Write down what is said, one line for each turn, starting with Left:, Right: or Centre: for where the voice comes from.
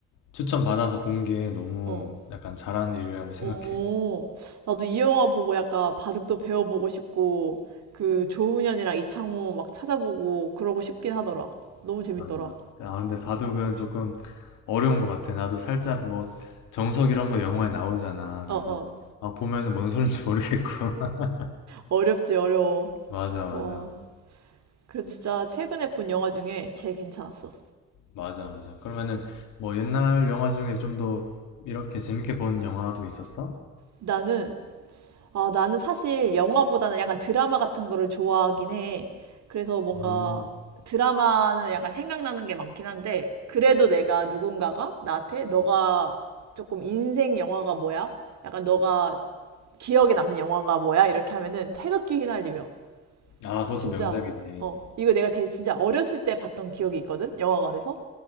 Left: 추천 받아서 본 게 너무
Right: 어.
Left: 약간 잘한 일이라고 생각해.
Right: 오, 나도 이 영화 보고 약간 바둑도 배워보고 싶고, 그 조훈현이랑 이창호 막 찾아보고 그러고 싶긴 하더라. 너무 재밌더라.
Left: 맞아. 아, 근데 바둑은 조금 어려운 것 같아. 나도 살짝 뭐 정석 이런 거 영화에 나오잖아.
Right: 어,
Left: 그래서
Right: 어.
Left: 아, 보면은 뭔 소린지 모르겠고. <laughs>
Right: 어렵지, 어려워.
Left: 맞아, 맞아.
Right: 와. 그래도 진짜 최근에 본 영화 중에 제일 괜찮았어.
Left: 맞아, 맞아. 그러면은 뭐 옛날 영화 중에 좀 더 이렇게 재밌게 본 영화도 있었어?
Right: 나는 아, 나는 사실 영화보다는 약간 드라마 같은 거를 좋아하긴 해. 그래서 뭔가
Left: 음.
Right: 드라마는 약간 생각나는 게 많긴 한데, 그래도 내가 누군가가 나한테 너가 조금 인생 영화가 뭐야? 약간 너가 기억에 남는 영화가 뭐야? 이렇게 하면은 태극기 휘날리며.
Left: 아, 그것도
Right: 진짜.
Left: 명작이지.
Right: 어, 이거 내가 되게 진짜 어렸을 때 봤던 기억이 있거든? 영화관에서.